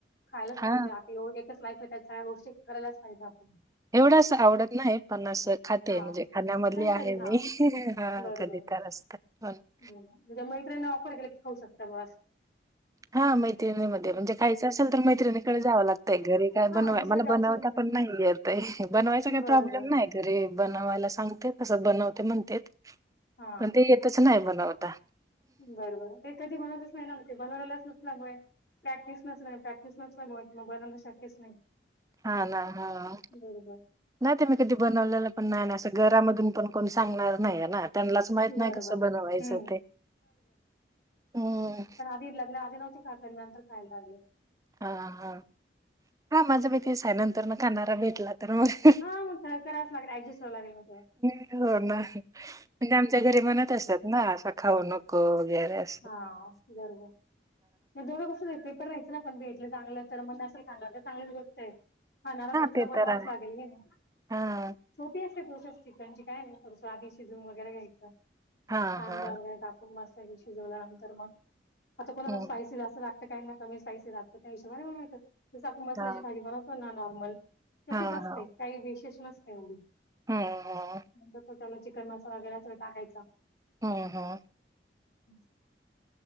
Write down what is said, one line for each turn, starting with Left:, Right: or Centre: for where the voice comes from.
Left: खायलाच
Right: हा
Left: पाहिजे आपल एकच लाईफ आहे त्या स्या <unintelligible> गोष्टी करायलाच पाहिजे आपण.
Right: एवढं अस आवडत नाही पण असं खाते
Left: हा
Right: म्हणजे खाण्यामधली
Left: कधीतरी
Right: आहे मी
Left: हा
Right: <inaudible> हा
Left: बरोबर
Right: कधी तर अस. हो <unintelligible>
Left: हम्म म्हणजे मैत्रिणी ऑफर केला की खाऊ शकता ब्यो असं.
Right: हा मैत्रिणी म म्हणजे खायचं असेल तर मैत्रिणीकडे जावं लागतंय, घरी काय
Left: हा
Right: बनवा
Left: दुसरं
Right: -मला
Left: काही
Right: बनवता
Left: ऑप्शनच
Right: पण नाही येत. तय <inaudible> बनवायचा काही
Left: बरोबर
Right: प्रॉब्लेम नाही घरीे. बनवायला सांगते कसं बनवते म्हणतेत
Left: हा
Right: पण ते येतच नाही बनवता.
Left: बरोबर ते कधी बनवतच नाही ना, मग ते बनवलेलाच नसल्यामुळे. प्रॅक्टिस नसल्याने प्रॅक्टिस नसल्यामुळे म बनवणं शक्यच नाही.
Right: हा ना हा.
Left: बरोबर
Right: नाही ते मी कधी बनवलेलं पण नाही असं घरामधून पण कोणी सांगणार नाही आहे ना. त्यांनलाच माहित नाही
Left: बरोबर
Right: कसं बनवायचं
Left: हम्म
Right: ते हम्म..
Left: ती लग्नाआधी नव्हती खात ग नंतर खायला लागले.
Right: हा- हा -हा माझं बी तेच आहे नंतरन खाणारा भेटला तर मग <inaudible>
Left: हा मग काय करावच लागल ऍडजस्ट व्हाय लागेल म तेव्हा.
Right: हो ना, म्हणजे आमच्या घरी म्हणत असतात ना असं खाऊ नको वगैरे अस.
Left: हा बरोबर म डोळं कस द पेपर रायचे ना पण भेटले चांगलं तर मग असेल खांग तर चांगलीच गोष्ट आहे. हा नाला <unintelligible> ख तुला
Right: ते
Left: बनवाच
Right: तर आहे.
Left: लागेल की नाही
Right: हां.
Left: सोपी असते प्रोसेस चिकनची काय नाही आधी शिजवून वगैरे घ्यायचं.
Right: हां,
Left: कांदा
Right: हां.
Left: वगैरे टाक म मसाले शिजल्यानंतर मग आता कोणाला
Right: हं.
Left: स्पायसी जास्त लाग कांहीं नां कमी पांयसी लागतो त्यां हिशोबाने मलां माहं जसं आपणं मसाल्यांची
Right: हां.
Left: भाजी बनवतो नां नॉर्मल तशीचं
Right: हां,
Left: असते
Right: हां.
Left: कांहीं विशेष नसते हली
Right: हं, हं.
Left: त्यालां चिकन मसाला वगैरें टाकांयचा
Right: हम्मं हमं
Left: ह <unintelligible>